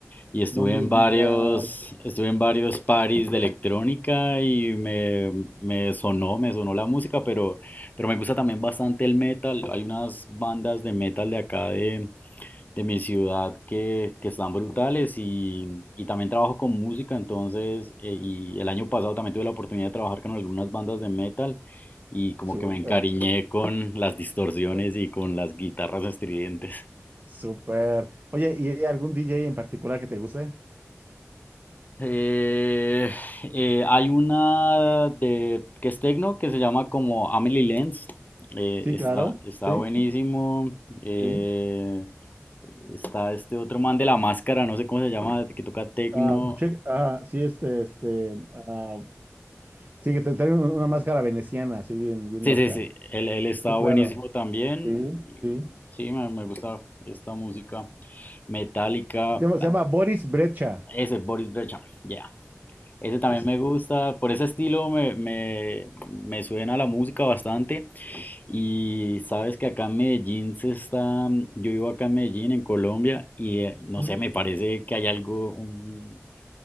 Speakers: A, on the left (about 35°); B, on the right (about 40°).
A: y estuve
B: No me
A: en
B: digas.
A: varios, estuve en varios parties de electrónica y me, me sonó, me sonó la música, pero, pero me gusta también bastante el metal. Hay unas bandas de metal de acá de de mi ciudad que, que están brutales y, y también trabajo con música, entonces, eh, y el año pasado también tuve la oportunidad de trabajar con algunas bandas de metal y como
B: Súper,
A: que me encariñé con las distorsiones
B: súper,
A: y con las guitarras estridentes.
B: súper. Oye, ¿y hay algún DJ en particular que te guste?
A: Eh, eh, hay una de, que es techno que se llama como Amelie Lenz, eh,
B: Sí,
A: está,
B: claro.
A: está
B: Sí,
A: buenísimo. eh,
B: sí.
A: está este otro man de la máscara, no sé cómo se llama, que toca techno.
B: Ah, che- ah, sí, este, este. ah, Sí, que te trae un- una máscara veneciana, así bien, bien
A: Sí,
B: loca.
A: sí, sí, él, él estaba
B: sí, claro.
A: buenísimo también.
B: Sí,
A: y
B: sí.
A: Sí, me, me gusta esta música metálica.
B: Se llama, se llama Boris Brecha.
A: Ese Boris Brejcha, ya. Ese también
B: Sí, sí,
A: me
B: sí.
A: gusta. Por ese estilo me, me, me suena la música bastante. Y sabes que acá en Medellín se está. Yo vivo acá en Medellín, en Colombia, y eh, no
B: Ujú.
A: sé, me parece que hay algo, un,